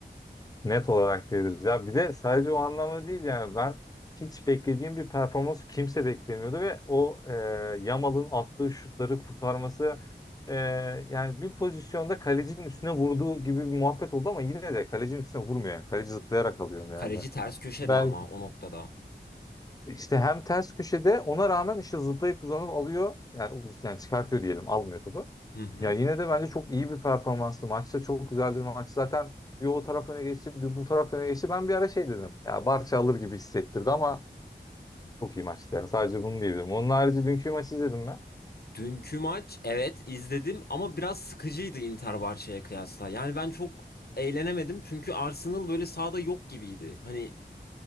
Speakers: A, on the left; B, on the left.
A: Net olarak diyoruz. Ya bir de sadece o anlamda değil yani ben hiç beklediğim bir performans kimse beklemiyordu ve o e, Yamal'ın attığı şutları kurtarması e, yani bir pozisyonda kalecinin üstüne vurduğu gibi bir muhabbet oldu ama yine de kalecinin üstüne vurmuyor. Yani. Kaleci zıplayarak alıyor onu yani.
B: Kaleci ters köşede
A: Ben
B: ama o noktada.
A: işte hem ters köşede ona rağmen işte zıplayıp uzanıp alıyor yani, uz- yani çıkartıyor diyelim almıyor topu.
B: Hı hı.
A: Ya yine de bence çok iyi bir performanstı. Maçta çok güzeldi. Maç zaten bir o taraf öne geçti, bir bu taraf öne geçti. Ben bir ara şey dedim. Ya Barça alır gibi hissettirdi ama çok iyi maçtı ya. Sadece bunu diyebilirim. Onun harici dünkü maçı izledim mi?
B: Dünkü maç evet izledim ama biraz sıkıcıydı Inter Barça'ya kıyasla. Yani ben çok eğlenemedim çünkü Arsenal böyle sahada yok gibiydi. Hani